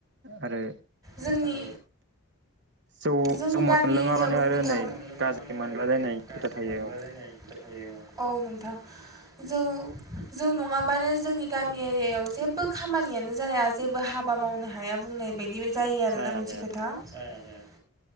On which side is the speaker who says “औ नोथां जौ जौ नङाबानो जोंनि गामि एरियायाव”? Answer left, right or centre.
Right